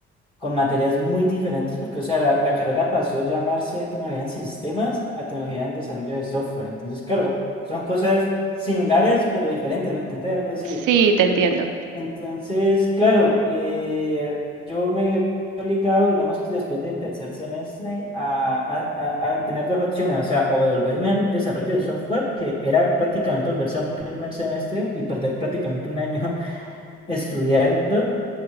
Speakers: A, on the left (about 15°); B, on the right (about 85°).
A: con materias muy diferentes, porque, o sea, la, la carrera pasó a llamarse tecnología en sistemas a tecnología en desarrollo de software. Entonces, claro, son cosas similares, pero diferentes, ¿me entendés? Algo así.
B: Sí, te entiendo.
A: Entonces, claro, eh, yo me vi obligado, digamos, que después de tercer semestre, a, a- a- a tener dos opciones, o sea, o devolverme al desarrollo de software, que era prácticamente volverse a un primer semestre y perder prácticamente un año <laughs> estudiando